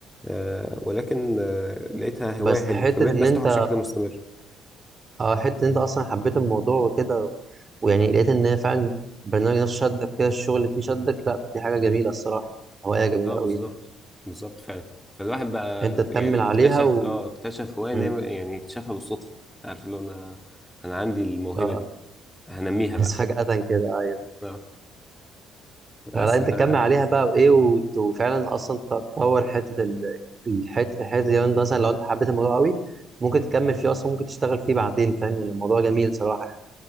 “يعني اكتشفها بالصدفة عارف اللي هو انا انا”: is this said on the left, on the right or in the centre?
Centre